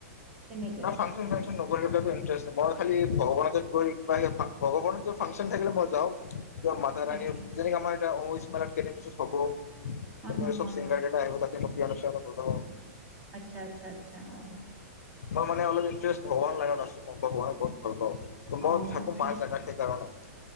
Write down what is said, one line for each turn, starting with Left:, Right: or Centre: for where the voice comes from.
Right: তেনেকে।
Left: ন ফাংচন চাংচন নগ'লে সেইবিলাকো ইণ্টাৰেষ্ট মই খালি ভগৱানকে কৈ আছো ভগৱানৰ ফাংচন থাকিলে মই যাওঁ। মাতা ৰাণীৰ
Right: আচ্ছা
Left: যেনেকে আমাৰ এতিয়া আম্বুবাচি মেলাত কেইদিনমান পিছত হব
Right: হা
Left: তেনে
Right: হা
Left: চব
Right: হা
Left: চিংগাৰ
Right: হা
Left: কেইটা আহিব তাতে বিহু চিহু হব ন।
Right: আচ্ছা আচ্ছা আচ্ছা অ
Left: মই মানে অলপ ইষ্ট ভগৱান লাইত আছো। ভগৱানে বহুত ভাল পাওঁ
Right: অ অ
Left: মই থাকো
Right: ঠিক-
Left: মাৰ জোগা সেই কাৰণে।